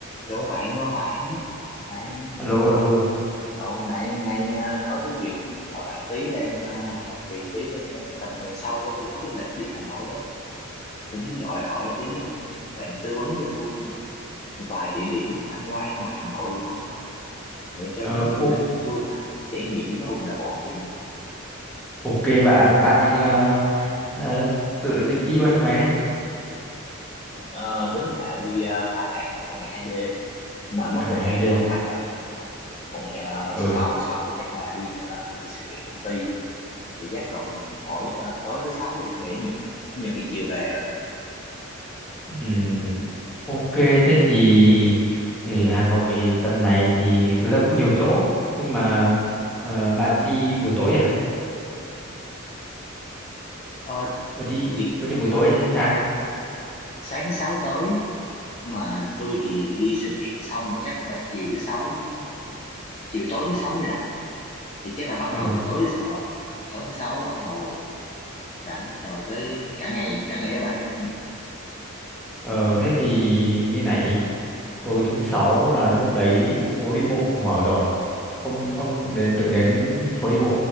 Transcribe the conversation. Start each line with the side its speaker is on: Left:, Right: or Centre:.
Left: rủ bạn rủ bạn này
Centre: alo alo
Left: cậu này này ờ, có tí việc gọi bạn tí em ờ, làm phiền tí ờ, tầm tuần sau á, tôi có cái lịch đi Hà Nội á tính gọi hỏi tí ờ, bạn tư vấn cho tôi một vài địa điểm tham quan ngoài Hà Nội được không nhờ? để cho
Centre: Ờ,
Left: chuyến du
Centre: ô-
Left: lịch của tôi nó trải nghiệm nó bùng nổ một tí
Centre: ok bạn bạn ờ, ờ, tự định đi bao nhiêu ngày đấy
Left: Ờ, tính là đi uh, 3 ngày ba ngày hai đêm mà mất
Centre: là ngày
Left: một
Centre: hai
Left: ngày
Centre: đêm
Left: đi công tác rồi một ngày ờ,
Centre: ừ
Left: thứ sáu thứ sáu thì chắc là đi ờ, đi sự kiện công ty thì chắc còn mỗi ờ, tối thứ sáu giờ thứ bảy chủ nhật Chủ nhật thì chiều về rồi
Centre: Ừm, ok thế thì, thì Hà Nội tầm này thì thực ra cũng nhiều chỗ nhưng mà ờ, bạn đi buổi tối à
Left: ờ,
Centre: bạn đi
Left: chỉ
Centre: bạn đi buổi
Left: ờ,
Centre: tối hay sáng
Left: sáng thứ sáu tới mà tôi thì đi sự kiện xong mà chắc cũng phải chiều thứ sáu mới, mới- chiều tối thứ sáu mới rảnh thì chắc là bắt
Centre: ờ
Left: đầu từ tối thứ sáu á tối thứ sáu bắt đầu rảnh rồi tới cả ngày cả ngày thứ bảy cả ngày chủ nhật
Centre: ờ thế thì như này đi tối thứ sáu là lúc đấy phố đi bộ mở rồi ông ông đến từng đến phố đi bộ